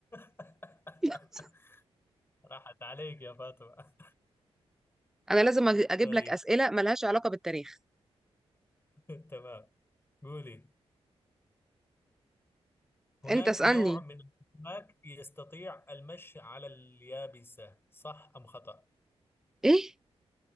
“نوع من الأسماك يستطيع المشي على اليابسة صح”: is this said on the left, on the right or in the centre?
Left